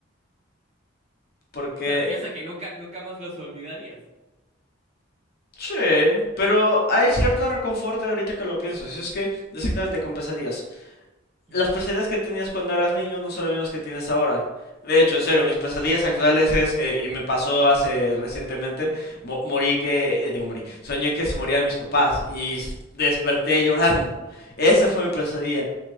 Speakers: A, on the left; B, on the right.
A: porque
B: O sea, piensa que nunca, nunca más los olvidarías.
A: Sí, pero hay cierto reconforte ahorita que lo pienso. Si es que, exactamente, con pesadillas.
B: Mm,
A: Las pesadillas que tenías cuando eras niño no son las mismas que tienes ahora. De hecho, en serio, mis pesadillas actuales es, eh, y me pasó hace recientemente, mo- morí que, eh, digo, morí, soñé que se morían mis papás y s- desperté llorando. Esa fue mi pesadilla.